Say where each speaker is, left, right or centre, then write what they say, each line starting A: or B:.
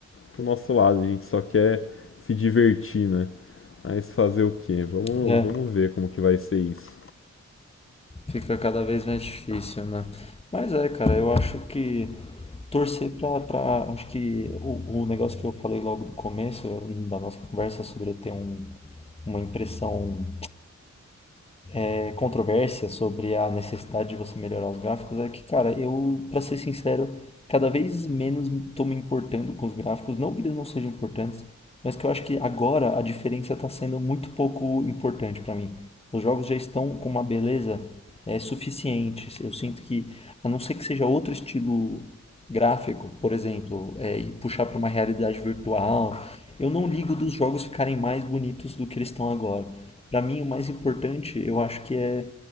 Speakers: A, on the left (about 45°); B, on the left (about 20°).
A: pro nosso lado. A gente só quer se divertir, né? Mas fazer o quê? Vamos,
B: É,
A: vamos ver como que vai ser isso.
B: fica cada vez mais difícil, né? Mas é, cara, eu acho que torcer pra, pra acho que o, o negócio que eu falei logo do começo da nossa conversa sobre eu ter um, uma impressão é, controvérsia sobre a necessidade de você melhorar os gráficos é que, cara, eu, pra ser sincero, cada vez menos tô me importando com os gráficos. Não que eles não sejam importantes, mas que eu acho que agora a diferença tá sendo muito pouco importante pra mim. Os jogos já estão com uma beleza é, suficiente. Eu sinto que, a não ser que seja outro estilo gráfico, por exemplo, é, e puxar para uma realidade virtual, eu não ligo dos jogos ficarem mais bonitos do que eles estão agora. Para mim, o mais importante, eu acho que é,